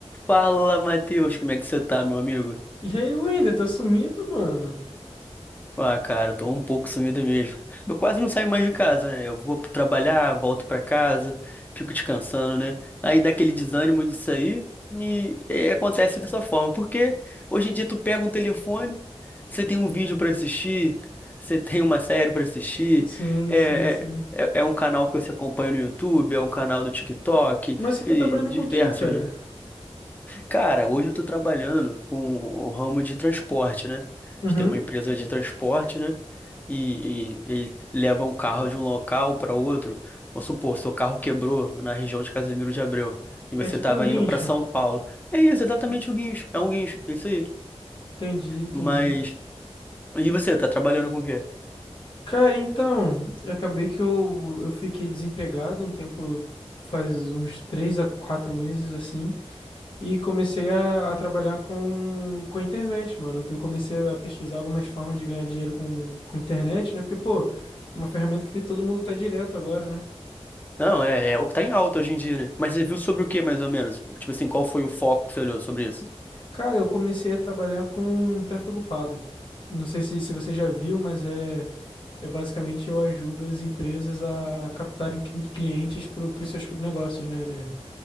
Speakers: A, on the left (about 15°); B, on the left (about 50°).
A: Fala, Matheus, como é que você tá, meu amigo?
B: E aí, Wender, tá sumido, mano?
A: Ah, cara, eu tô um pouco sumido mesmo. Eu quase não saio mais de casa, né? Eu vou trabalhar, volto pra casa, fico descansando, né? Aí dá aquele desânimo disso aí e, e acontece dessa forma. Porque hoje em dia tu pega um telefone, você tem um vídeo pra assistir, você tem uma série pra assistir,
B: Sim,
A: é,
B: sim, sim.
A: é, é é um canal que você acompanha no YouTube, é um canal do TikTok
B: Mas você tá
A: e
B: trabalhando
A: diversos,
B: com o quê, cara?
A: né? Cara, hoje eu tô trabalhando com o ramo de transporte, né? A
B: Uhum.
A: gente tem uma empresa de transporte, né? E, e ele leva um carro de um local para outro. Vamos supor, seu carro quebrou na região de Casimiro de Abreu e você
B: É tipo
A: estava
B: um guincho.
A: indo para São Paulo. É isso, exatamente o guincho. É um guincho, é isso aí.
B: Entendi, entendi.
A: Mas. E você, tá trabalhando com o quê?
B: Cara, então, eu acabei que eu, eu fiquei desempregado um tempo, faz uns três a quatro meses, assim, e comecei a, a trabalhar com, com a internet, mano. Então, Eu comecei a pesquisar algumas formas de ganhar dinheiro com, com internet, né? Porque, pô, é uma ferramenta que todo mundo tá direto agora, né?
A: Não, é, é o que tá em alta hoje em dia, né? Mas você viu sobre o quê, mais ou menos? Tipo assim, qual foi o foco que você olhou sobre isso?
B: Cara, eu comecei a trabalhar com tráfego pago. Não sei se, se você já viu, mas é, é basicamente eu ajudo as empresas a captarem cli- clientes para os seus negócios, né? de